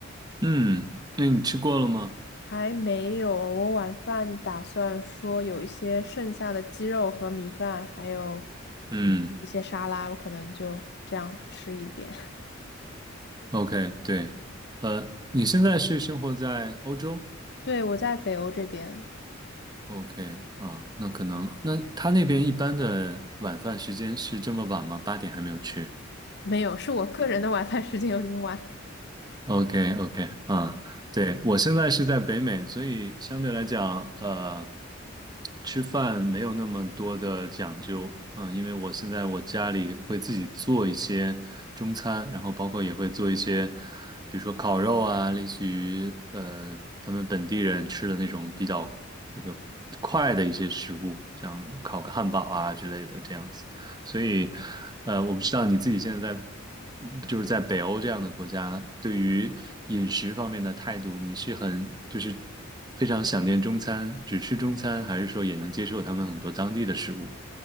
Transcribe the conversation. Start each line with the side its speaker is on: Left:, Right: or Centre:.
Right: 嗯，那你吃过了吗？
Left: 还没有，我晚饭打算说有一些剩下的鸡肉和米饭，还有
Right: 嗯
Left: 一些沙拉，我可能就这样吃一点。
Right: ，OK，对，呃，你现在是生活在欧洲
Left: <laughs> 对，我在北欧这边，
Right: ？OK，啊，那可能，那他那边一般的晚饭时间是这么晚吗？八点还没有吃？
Left: 没有，是我个人的晚饭时间有点晚。
Right: OK OK 啊，对，我现在是在北美，所以相对来讲，呃，吃饭没有那么多的讲究啊，因为我现在我家里会自己做一些中餐，然后包括也会做一些，比如说烤肉啊，类似于呃他们本地人吃的那种比较这个快的一些食物，像烤个汉堡啊之类的这样子。所以，呃，我不知道你自己现在在，嗯就是在北欧这样的国家，对于饮食方面的态度，你是很就是非常想念中餐，只吃中餐，还是说也能接受他们很多当地的食物？